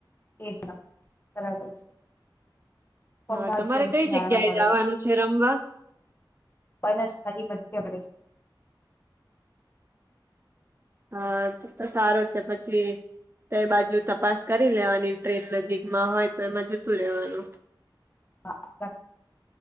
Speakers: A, on the left (about 25°); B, on the right (about 30°).
A: એ છે, બરાબર છે. ફોન
B: હા
A: માધ્યમથી
B: તમારે કઈ
A: જાણવા
B: જગ્યાએ
A: મળે
B: જવાનું
A: છે.
B: રમવા
A: <unintelligible>
B: હા તો તો સારો છે પછી તે બાજુ તપાસ કરી લેવાની ટ્રેક નજીકમાં હોય તો એમાં જતું રહેેવાનું.
A: હા